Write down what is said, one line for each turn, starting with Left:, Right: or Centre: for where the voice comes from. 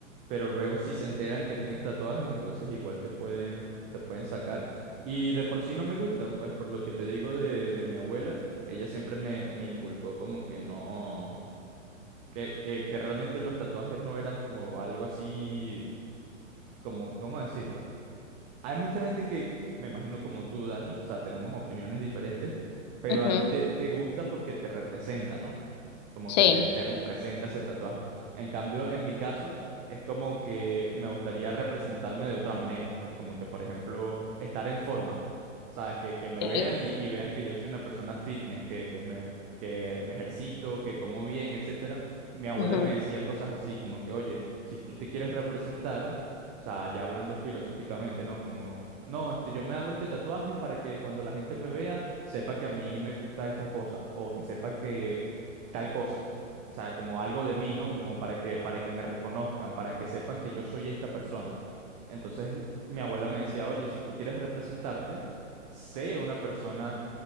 Right: pero luego si se enteran que tienes tatuajes, entonces igual te pueden, te pueden sacar. Y de por sí no me gustan, pues por lo que te digo de, de mi abuela, ella siempre me, me inculcó como que no, que, que, que realmente los tatuajes no eran como algo así, como, ¿cómo decirlo? hay mucha gente que, me imagino como tú, Dani, o sea, tenemos opiniones diferentes, pero
Left: ujú,
Right: a ti te, te gusta porque te representa, ¿no? como
Left: Sí.
Right: que te, te representa ese tatuaje. En cambio, en mi caso, es como que me gustaría representarme de otra manera, pues como que, por ejemplo, estar en forma, ¿sabes? Que, que me
Left: ok,
Right: vean y, y vean que yo soy una persona fitness, que, que me, que me ejercito, que como bien, etcétera. Mi abuela
Left: ujú.
Right: me decía cosas así, como que, oye, si tú te quieres representar... O sea, ya hablando filosóficamente, ¿no? Como, no, este, yo me hago este tatuaje para que cuando la gente me vea, sepa que a mí me gusta esta cosa, o que sepa que, tal cosa. O sea, como algo de mí, ¿no? Como para que, para que me reconozcan, para que sepan que yo soy esta persona. Entonces, mi abuela me decía, oye, si tú quieres representarte, sé una persona